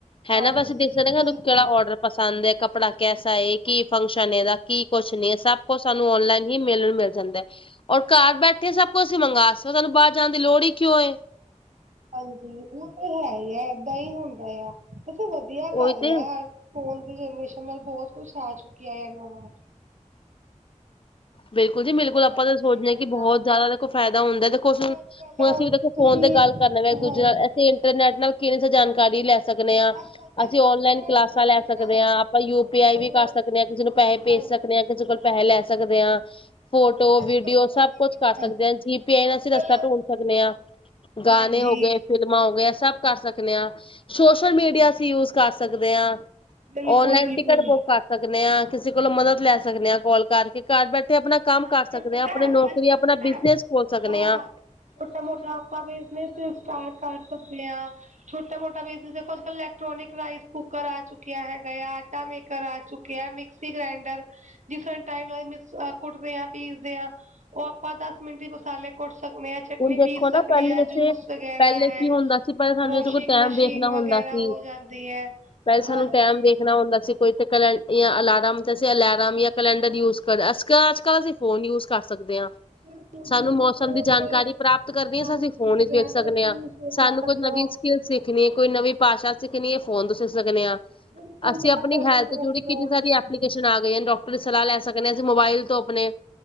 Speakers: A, on the left; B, on the right.
A: ਹੈ
B: ਹਾਂਜੀ
A: ਨਾ ਵੈਸੇ ਦੇਖ ਸਕਦੇ ਤੁਹਾਨੂੰ
B: ਬਿਲਕੁਲ
A: ਕੇੜਾ ਔਰਡਰ ਪਸੰਦ ਐ ਕੱਪੜਾ ਕੈਸਾ ਏ, ਕੀ ਫੰਕਸ਼ਨ ਏਦਾ, ਕੀ ਕੁਛ ਨੀ ਸਭ ਕੁਛ ਸਾਨੂੰ ਔਨਲਾਈਨ ਹੀ ਮਿਲਣ ਮਿਲ ਜਾਂਦੈ। ਔਰ ਘਰ ਬੈਠੇ ਸਭ ਕੁਛ ਐਸੀ ਮੰਗਾਂ ਸਕ ਸਾਨੂੰ ਬਾਰ ਜਾਣ ਦੀ ਲੋੜ ਈ ਕਿਉਂ ਏ।
B: ਹਾਂਜੀ ਓ ਤਾਂ ਹੈ ਈ ਐ ਏਦਾਂ ਈ ਹੁੰਦਾ ਆ ਵੈਸੇ ਵਧੀਆ
A: ਉਹੀ
B: ਗੱਲ
A: ਤੇ
B: ਐ ਫੋਨ ਦੀ ਜਨਰੇਸ਼ਨ ਨਾਲ ਬੋਤ ਕੁਛ ਆ ਚੁੱਕਿਆ ਆ ਨਵਾ।
A: ਬਿਲਕੁਲ ਜੀ ਬਿਲਕੁਲ
B: ਹੋਣਾ
A: ਆਪਾਂ ਤਾਂ
B: ਵੀ
A: ਸੋਚਦੇ
B: ਚਾਹੀਦਾ
A: ਆ ਕੀ ਬੋਹਤ ਜਾਦਾ ਦੇਖੋ ਫਾਇਦਾ ਹੁੰਦਾ ਦੇਖੋ ਅਸੀਂ ਹੁਣ
B: ਅੱਜ ਕੱਲ
A: ਅਸੀ ਵੀ ਦੇਖੋ
B: ਤੁਸੀਂ
A: ਫੋਨ ਤੇ ਗੱਲ ਕਰ ਲੈਣੇ ਆ ਇੱਕ ਦੂਜੇ
B: ਹਾਂਜੀ
A: ਨਾਲ ਅਸੀਂ ਇੰਟਰਨੈਟ ਨਾਲ ਕਿੰਝ ਜਾਣਕਾਰੀ ਲੈ ਸਕਨੇ ਆ।
B: ਅੱਜ ਕੱਲ ਤਾਂ
A: ਅਸੀਂ
B: ਛੋਟੇ
A: ਓਨਲਾਈਨ
B: ਛੋਟੇ
A: ਕਲਾਸਾਂ
B: ਬੰਦਿਆਂ
A: ਲੈ
B: ਨੇ
A: ਸਕਦੇ
B: ਨਾ
A: ਆ, ਆਪਾਂ ਯੂ
B: ਅੱਜ
A: ਪੀ ਆਈ
B: ਕੱਲ
A: ਵੀ ਕਰ ਸਕਦੇ ਆ, ਕਿਸੇ ਨੂੰ ਪੈਸੇ ਭੇਜ
B: ਹਾਂਜੀ
A: ਸਕ ਸਕਦੇ ਆ ਕਿਸੇ ਕੋਲ ਪੈਸੇ ਲੈ ਸਕਦੇ ਆ ਫੋਟੋ,
B: ਅੱਜ
A: ਵੀਡੀਓ
B: ਕੱਲ ਪਤਾ
A: ਸਬ
B: ਕੀ ਕੀਤਾ
A: ਕੁਛ ਕਰ ਸਕਦੇ
B: ਹੈ?
A: ਆ, ਜੀ ਪੀ ਆਈ ਨਾਲ
B: ਅੱਜ
A: ਅਸੀਂ ਰਸਤਾ
B: ਕੱਲ
A: ਢੂੰਢ ਸਕਦੇ ਆ। ਗਾਣੇ
B: ਹਾਂਜੀ
A: ਹੋਗੇ ਫਿਰ ਜਮਾ ਹੋ ਗਿਆ ਸਭ ਕਰ ਸਕਨੇ ਆ, ਸੋਸ਼ਲ
B: ਬਿਲਕੁਲ
A: ਮੀਡੀਆ ਅਸੀਂ ਯੂਜ ਕਰ ਸਕਦੇ ਆ
B: ਬਿਲਕੁਲ
A: ਓਨਲਾਈਨ
B: ਬਿਲਕੁਲ
A: ਟਿਕਟ ਬੁੱਕ ਕਰ ਸਕਨੇ ਆ, ਕਿਸੇ ਕੋਲੋ ਮਦਦ ਲੈ ਸਕਦੇ ਆ ਕੋਲ ਕਰਕੇ ਘਰ ਬੈ ਤੇ ਆਪਣਾ ਕੰਮ ਕਰ
B: ਅੱਜ ਕੱਲ
A: ਸਕਦੇ
B: ਪਤਾ
A: ਆ, ਆਪਣੇ
B: ਹੈ,
A: ਨੌਕਰੀ,
B: ਅੱਜ ਕੱਲ
A: ਅਪਣਾ
B: ਪਤਾ
A: ਬਿਜਨਸ
B: ਹੈ
A: ਖੋਲ ਸਕਨੇ
B: ਹਾਂ
A: ਆ।
B: ਛੋਟਾ ਮੋਟਾ ਆਪਾਂ ਵੀ ਬਿਜਨਸ ਸਟਾਰਟ ਕਰ ਸਕਦੇ ਆ। ਛੋਟਾ-ਮੋਟਾ ਬਿਜਨਸ ਦੇਖੋ ਅੱਜ-ਕੱਲ ਇਲੈਕਟ੍ਰੋਨਿਕ ਰਾਈਸ ਕੁੂਕਰ ਆ ਚੁੱਕਿਆ ਹੈਗਾ ਆ ਆਟਾ ਮੇਕਰ ਆ ਸੁੱਕਿਆ ਮਿਕਸੀ ਗ੍ਰੈਂਡਰ ਜਿਸ <unintelligible> ਕੁੱਟਦੇ ਆ, ਪੀਸਦੇ ਆ ਓ ਆਪਾਂ ਦਸ ਮਿੰਟ <unintelligible> ਮਸਾਲੇ ਕੁਟ ਸਕਨੇ ਆ, ਚਟਨੀ
A: ਹੁਣ ਦੇਖੋ
B: ਪੀਸ
A: ਨਾ
B: ਸਕਨੇ
A: ਪਹਿਲੇ
B: ਆ,
A: ਜੈਸੇ
B: ਜੂਸ ਵਗੈਰਾ
A: ਪਹਿਲੇ
B: ਹੈ
A: ਕੀ ਹੁੰਦਾ ਸੀ ਪਹਿਲੇ ਸਾਨੂੰ
B: ਵੋਸ਼ਿੰਗ
A: ਜੈਸੇ ਕੋਈ ਟਾਈਮ
B: ਮਸ਼ੀਨ
A: ਵੇਖਣਾ ਹੁੰਦਾ
B: ਵਗੈਰਾ
A: ਸੀ
B: ਹੋ ਜਾਂਦੀ ਐ
A: ਪਹਿਲੇ ਸਾਨੂੰ
B: ਹਾਂਜੀ।
A: ਟਾਈਮ ਵੇਖਣਾ ਹੁੰਦਾ ਸੀ ਕੋਈ ਤੇ <unintelligible> ਯਾਂ ਅਲਾਰਮ ਜਸੀੇ ਅਲਾਰਮ ਯਾਂ ਕੈਲੈਂਡਰ ਯੂਜ ਕਰਦੇ ਅ ਅੱਜ-ਕੱਲ ਅਸੀਂ <unintelligible> ਫੋਨ ਯੂਜ ਕਰ ਸਕਦੇ ਆ
B: ਬਿਲਕੁਲ
A: ਸਾਨੂੰ
B: ਬਿਲਕੁਲ
A: ਮੌਸਮ
B: ਫੋਨ
A: ਦੀ ਜਾਣ
B: ਤੇ
A: ਕਾਰੀ ਪ੍ਰਾਪਤ ਕਰਨੀ
B: ਹਾਂਜੀ
A: ਆ ਅਸੀਂ ਫੋਨ ਵਿੱਚ ਵੇਖ
B: ਵੈਦਰ
A: ਸਕਨੇ
B: ਵੀ
A: ਆ, ਸਾਨੂੰ
B: ਕਰ ਸਕਦੇ
A: ਕੁੱਝ ਨਵੀਂ
B: ਹੋ
A: ਸ ਸਕਿਲ ਸਿੱਖਣੀ ਆ, ਕੋਈ ਨਵੀ ਭਾਸ਼ਾ ਸਿੱਖਣੀਏ ਫੋਨ ਤੋਂ ਸਿੱਖ ਸਕਨੇ ਆ।
B: ਬਿਲਕੁਲ
A: ਅਸੀਂ
B: ਬਾਹਰ
A: ਆਪਣੀ
B: ਪੇਮੈਂਟ
A: ਹੈਲਥ
B: ਦੇਣ
A: ਜੁੜੀ
B: ਦੀ ਲੋੜ
A: ਕਿੰਨੀ ਸਾਰੀ
B: ਨਹੀਂ
A: ਐਪਲੀਕੇਸ਼ਨ
B: ਹੈਗੀ
A: ਆ ਗਈ ਐ ਡੋ ਆਪਣੀ ਸਲਾਹ ਲੈ ਸਕਨੇ ਆ ਅਸੀਂ ਮੋਬਾਇਲ ਤੋਂ ਆਪਣੇ